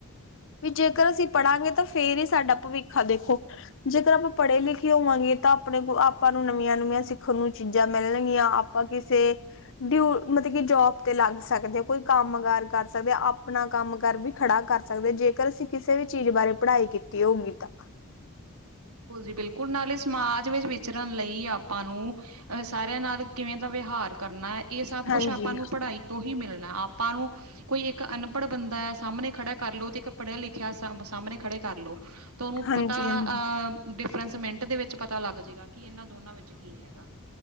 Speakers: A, on the left; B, on the right.
A: ਵੀ ਜੇਕਰ ਅਸੀਂ ਪੜਾਂਗੇ ਤਾਂ ਫੇਰ ਈ ਸਾਡਾ ਭਵਿੱਖ ਆ ਦੇਖੋ। ਜੇਕਰ ਆਪਾਂ ਪੜੇ ਲਿਖੇ ਹੋਵਾਂਗੇ, ਤਾਂ ਆਪਣੇ ਕੋਲ ਆਪਾਂ ਨੂੰ ਨਮੀਆਂ-ਨਮੀਆਂ ਸਿੱਖਣ ਨੂੰ ਚੀਜਾ ਮੇਲ਼ਣਗੀਆਂ ਆਪ ਆਪਾਂ ਕਿਸੇ ਡਿਊ ਮਤਬ ਕਿ ਜੋਬ ਤੇ ਲਾੱਗ ਸਾਕਦੇ ਆ, ਕੋਈ ਕਾੰਮ-ਕਾਰ ਕਰ ਸਕਦੇ ਆਪ ਅਪਣਾ ਕਾੰਮ-ਕਾਰ ਵੀ ਖੜਾ ਕਾਰ ਸਕਦੇ, ਜੇਕਰ ਅਸੀਂ ਕਿਸੇ ਵੀ ਚੀਜ ਬਾਰੇ ਪੜ੍ਹਾਈ ਕੀਤੀ ਹੋਊਗੀ ਤਾਂ।
B: ਬਿਲਕੁਲ ਜੀ, ਬਿਲਕੁਲ ਨਾਲੇ ਸਮਾਜ ਵਿੱਚ ਵਿਚਰਨ ਲਈ ਆਪਾਂ ਨੂੰ ਅ ਸਾਰੇਆਂ ਨਾਲ ਕਿਵੇਂ ਦਾ ਵੇਹਾਰ ਕਰਨਾ ਏ, ਏ ਸਬ
A: ਹਾਂਜੀ।
B: ਕੁਛ ਆਪਾਂ ਨੂੰ ਪੜ੍ਹਾਈ ਤੋਂ ਹੀ ਮਿਲਨਾ, ਆਪਾਂ ਨੂੰ ਕੋਈ ਇੱਕ ਅਨਪੜ ਬੰਦਾ ਐ ਸਾਮਣਨੇ ਖੜਾ ਕਾਰ ਲੋ ਤੇ ਏੱਕ ਪੜੇਆ ਲਿਖੇਆ ਸਾਮ, ਸਾਮਨੇ ਖੜੇ ਕਾਰਲੋ ਤਾਂ ਓਨੂੰ
A: ਹਾਂਜੀ-ਹਾਂਜੀ,
B: ਪਤਾ ਅ ਡਿਫਰੈਂਸ ਮੇਂਟ ਦੇ ਵਿੱਚ ਪਤਾ ਲਾੱਗ ਜੇਗਾ, ਕਿ ਏਨਾਂ ਦੋਨਾਂ ਵਿੱਚ ਕੀ ਹੈਗਾ।